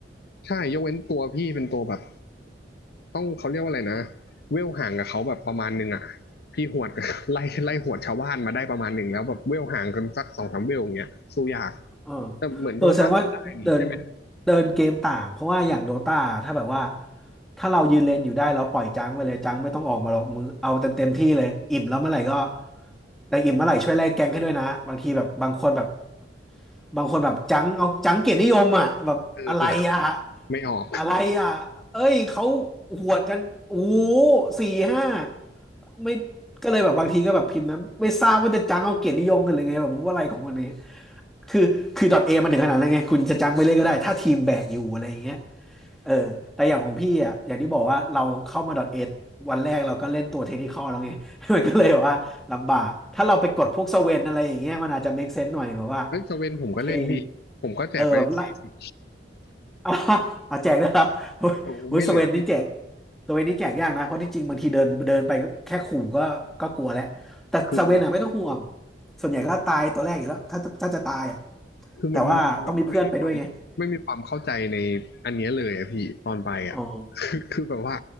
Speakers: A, on the left; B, in the centre.
A: ใช่ยกเว้นตัวพี่เป็นตัวแบบ ต้องเขาเรียกว่าอะไรนะเวลห่างกับเขาแบบประมาณหนึงอ่ะพี่หวด <laughs> ไล่ไล่หวดชาวบ้านมาได้ประมาณหนึ่งแล้วแบบเวลห่างกันสักสองสามเวลอย่างเงี้ยสู้ยาก
B: เออ
A: แต่เหมือนโดต้ามันได้นี่ใช่ไหม
B: เออแสดงว่าเดินเดินเกมต่างเพราะว่าอย่างโดตาถ้าแบบว่าถ้าเรายืนเลนอยู่ได้เราปล่อยจังไปเลยจังไม่ต้องออกมาหรอกมือเอาเต็มเต็มที่เลยอิ่มแล้วเมื่อไหร่ก็แต่อิ่มเมื่อไหร่ช่วยแลกแกงให้ด้วยนะบางทีแบบบางคนแบบบางคนแบบจังเอาจังเกียรตินิยมอ่ะแบบอะไรอ่ะ
A: เออเออไม่ออก
B: อะไรอ่ะเอ้ยเขาหวดกันโอ้โหสี่ห้าไม่ก็เลยแบบบางทีก็แบบพิมพ์นะไม่ทราบว่าจะจังเอาเกียรตินิยมกันหรือไงแบบว่าอะไรของวันนี้ คือคือดอทเอมันถึงขนาดนั้นไงคุณจะจังไปเลยก็ได้ถ้าทีมแบกอยู่อะไรอย่างเงี้ยเออแต่อย่างของพี่อ่ะอย่างที่บอกว่าเราเข้ามาดอทเอวันแรกเราก็เล่นตัวเทคนิคอลแล้วไง <laughs> มันก็เลยแบบว่าลำบากถ้าเราไปกดพวกสเวนอะไรอย่างเงี้ยมันอาจจะ make sense หน่อยแบบว่า
A: เอ้ยสเวนผมก็เล่นพี่ผมก็แจกไปสี่
B: โอเคเออแบบไล่ <laughs> เอาเอาแจกด้วยครับ <laughs> โอ้ยโอ้ยสเวนนี่แจก
A: โอ้ไม่เหลือพี่
B: สเวนนี่แจกยากนะเพราะที่จริงบางทีเดินเดินไปก็แค่ขู่ก็ก็กลัวแล้วแต่สเวนอ่ะไม่ต้องห่วง
A: คือ
B: ส่วนใหญ่ก็ตายตัวแรกอยู่แล้วถ้าถ้าจะตายอ่ะ
A: คือมันมันแบบไม่มีความไม่มีความเข้าใจในอันเนี้ยเลยอะพี่ตอนไปอะ
B: แต่ว่าต้องมีเพื่อนไปด้วยไง อ๋อ
A: <laughs> คือคือแบบว่า